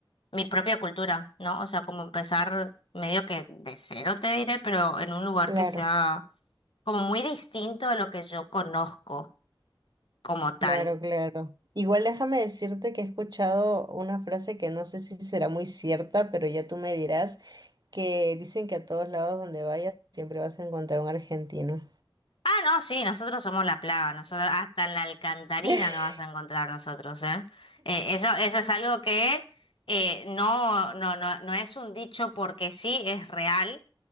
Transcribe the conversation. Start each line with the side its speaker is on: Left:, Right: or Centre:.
Left: mi propia cultura, ¿no? O sea, como empezar medio que de cero te diré, pero en un lugar
Right: claro.
Left: que sea como muy distinto a lo que yo conozco como tal.
Right: Claro, claro. Igual déjame decirte que he escuchado una frase que no sé si será muy cierta, pero ya tú me dirás, que dicen que a todos lados donde vayas siempre vas a encontrar un argentino.
Left: Ah, no, sí, nosotros somos la plaga, nosotros hasta en la alcantarilla
Right: <laughs>
Left: nos vas a encontrar nosotros, ¿eh? Eh, eso, eso es algo que eh, no, no, no, no es un dicho porque sí, es real